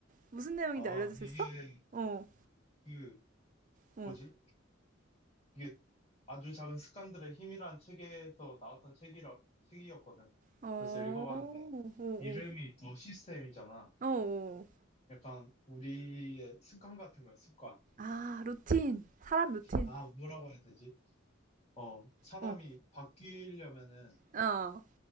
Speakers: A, on the right; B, on the left.
A: 무슨 내용인지
B: 아,
A: 알려줄 수
B: 이게,
A: 있어? 어,
B: 그,
A: 어,
B: 뭐지? 이게 아주 작은 습관들의 힘이란 책에서 나왔던 책이라, 책이었거든.
A: 어,
B: 벌써 읽어봤는데,
A: 어, 어,
B: 이름이 더 시스템이잖아.
A: 어, 어.
B: 약간, 우리의 습관 같은 거야, 습관.
A: 아, 루틴. 사람 루틴.
B: 아, 뭐라고 해야 되지? 어, 사람이
A: 어,
B: 바뀌려면은,
A: 어,